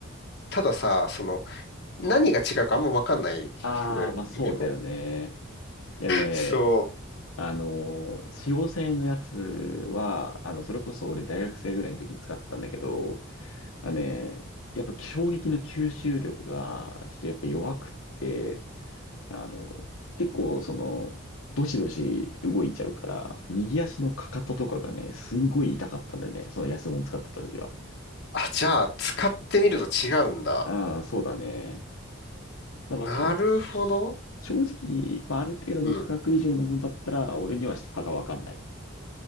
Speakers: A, on the left (about 50°); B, on the left (about 85°).
A: たださ、その何が違うかあんまわかんないのよ、
B: ああ、まあ、そうだよね。
A: 見ても。
B: いやね、
A: そう。
B: あのー、使用性のやつは、あの、それこそ俺大学生ぐらいの時に使ったんだけど、あね、やっぱ衝撃の吸収力が、ちょっとやっぱ弱くって、あの、結構その、どしどし動いちゃうから、右足のかかととかがね、すんごい痛かったんだよね。その安物使ってた時は。
A: あ、じゃあ、使ってみると違うんだ。
B: ああ、そうだね。ただまあ、
A: なるほど。
B: しょ、し正直、まあ、ある程度の価格以上のものだったら、
A: うん。
B: 俺には差がわかんない。